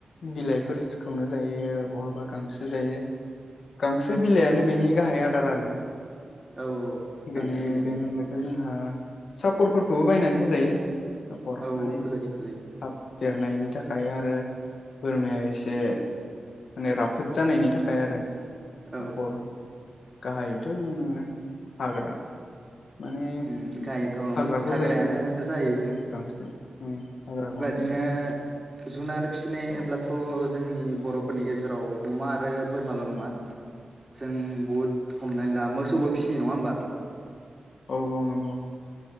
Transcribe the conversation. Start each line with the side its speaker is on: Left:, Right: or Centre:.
Left: बिलाइफोरखौनो जायो बहाबा गांसो जायो गांसो बिलाइनो
Right: औ
Left: बेनि गाहाय आदार आरो
Right: औ गांसो
Left: बेनि
Right: बिलाइनो
Left: बेनि अनगायैथ' जोंहा सापरफोरखौबो बायनानै होजायो सापर
Right: औ
Left: माने
Right: होजायो
Left: थाब
Right: होजायो
Left: देरनायनि थाखाय आरो बोरमाया एसे माने राफोद जानायनि थाखाय आरो सापर
Right: औ औ
Left: गाहायैथ' जोङो हाग्रा माने
Right: उम गाहायथ' उम
Left: हाग्राखौ
Right: हाग्रायानो
Left: जायो
Right: जायो
Left: औ औ गांसो हाग्राखौनो
Right: बिनो
Left: जायो
Right: जुनार फिसिनाय होनोब्ला
Left: औ
Right: थ' जोंनि बर'फोरनि गेजेराव अमा आरो बोरमाल' नङा
Left: औ
Right: जों बुहुद हमनानै ला मोसौबो फिसियो नङा होमबा
Left: औ औ नंगौ